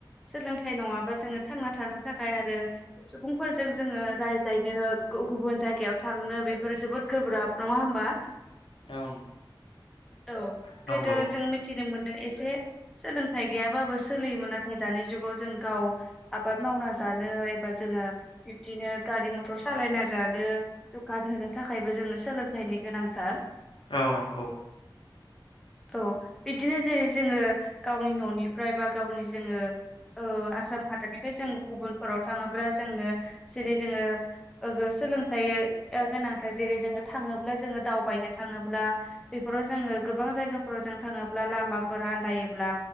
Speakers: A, in the centre; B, on the left.
A: सोलोंथाइ नङाबा जोङो थांना थानो थाखाय आरो सुबुंफोरजों जोङो राय्लायनो गुबुन जाय जायगायाव थांनो बेफोर जोबोद गोब्राब नङा होमबा
B: औ
A: औ
B: नोंथां नंगौ
A: गोदो जों मिथिनो मोनो एसे सोलोंथाइ गैयाबाबो सोलिमोन नाथाय दानि जुगाव जों गाव आबाद मावनाय बा जानो एबा जोंङो बिदिनो गारि मटर सालायना जानो दखान होनो थाखाय बो जोंनो सोलोंथाइनि गोनांथार
B: औ नंगौ
A: औ बिदिनो जेरै जोङो गावनि न'निफ्राय बा गावनि जोङो ओ आसाम हादरनिफ्राय जों गुबुनफोराव थाङोब्ला जोंनो जेरै जोङो ओ सोलोंथाइ गोनांथार जेरै जोङो थाङोब्ला जोङो दावबायनो थाङोब्ला बेफोराव जोङो गोबां जायगा फोराव' जों थाङोब्ला लामाफोर आन्दायोब्ला